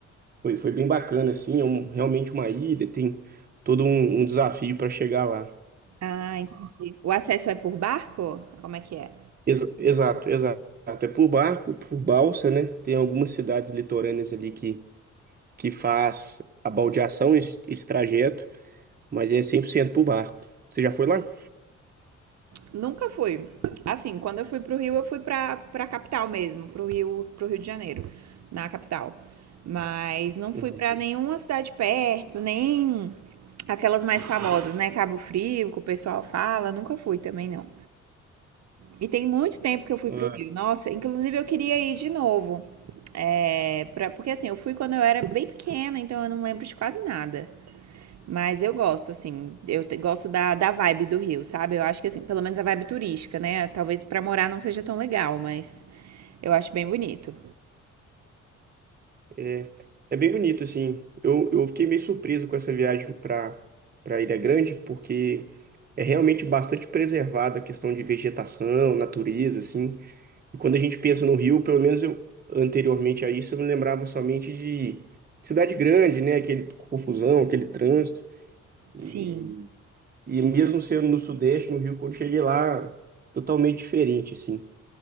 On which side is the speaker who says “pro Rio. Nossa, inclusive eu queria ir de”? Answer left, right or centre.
Right